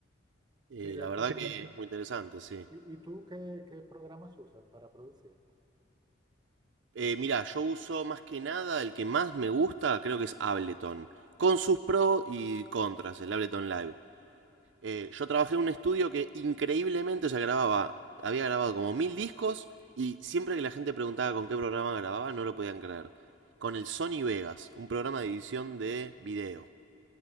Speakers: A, on the right; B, on the right.
A: Eh,
B: Sí, de
A: la
B: hecho,
A: verdad que es muy interesante, sí.
B: ¿y, y tú qué, qué programas usas para producir?
A: Eh, mira, yo uso más que nada, el que más me gusta creo que es Ableton, con sus pros y contras, el Ableton Live. Eh, yo trabajé en un estudio que increíblemente se grababa, había grabado como mil discos y siempre que la gente preguntaba con qué programa grababa no lo podían creer. Con el Sony Vegas, un programa de edición de video.